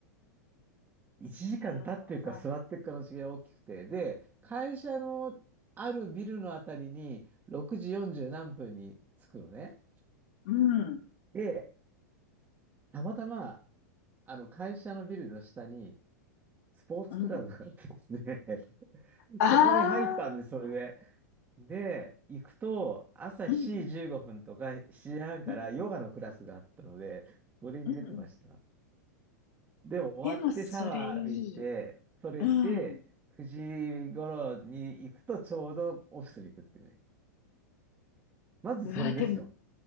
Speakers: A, on the right (about 20°); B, on the left (about 65°).
A: 1時間立ってるか座ってるかの違いが大きくて、
B: なるほど。
A: で、会社のあるビルのあたりに6時40何分に着くのね。
B: うん、
A: で、たまたま、あの、会社のビルの下にスポーツクラブがあってですね、
B: うん。ああ、
A: <laughs> そこに入ったんです、それで。で、行くと、朝7時15分とか7時半からヨガのクラスがあったので、
B: うんうんうん
A: それに出てました。
B: うんうんうん。
A: で、終わってシャワー浴びて、
B: でもそれいい。
A: それで、
B: うん。
A: 9時頃に行くとちょうどオフィスに行くっていうね。まずそれですよ。
B: うわ、でも